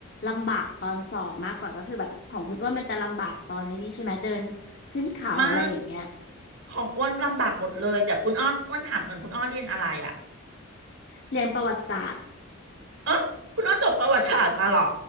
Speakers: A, on the left; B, on the right.
A: ลำบากตอนสอบมากกว่าก็คือแบบของคุณอ้วนมันจะลำบากตอนในนี้ใช่ไหมเดินขึ้นเขาอะไรอย่างเงี้ย
B: ำไม่ของอ้วนลำบากหมดเลยเดี๋ยวคุณอ้ออ้วนถามกันคุณอ้อเรียนอะไรอ่ะ
A: เรียนประวัติศาสตร์
B: เออคุณอ้อจบประวัติศาสตร์มาเหรอ